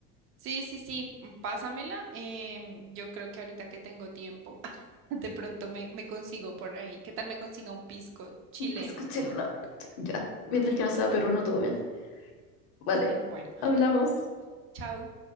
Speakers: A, on the right; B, on the left.
A: Sí, sí, sí, mm, pásamela. em, yo creo que ahorita que tengo tiempo, <laughs> de pronto me, me consigo por ahí. ¿Qué tal me consiga un pisco chileno?
B: Un pisco chileno. Ya. Mientras que no sea peruano, todo bien. Vale.
A: <laughs> Bueno,
B: Hablamos.
A: chao.